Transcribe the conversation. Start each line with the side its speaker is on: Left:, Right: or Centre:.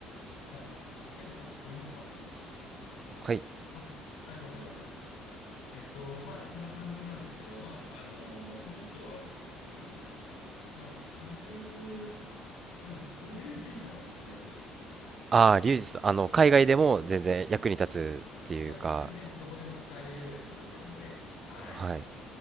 Left: あ、ケイゴさん聞こえますか
Right: はい。
Left: あ、あ、よかったよかった。えっと、まあ、そんな感じなんですけど、まあ、あの、その人は、なんだっけな。まあ、とりあえず、あの、でもリュウリュウジさんはおすすめですよ。
Right: ああ、リュウジさん、あの海外でも全然役に立つっていうか、
Left: いや、もう全然どこでも使える料理作ってるので、はい。
Right: はい。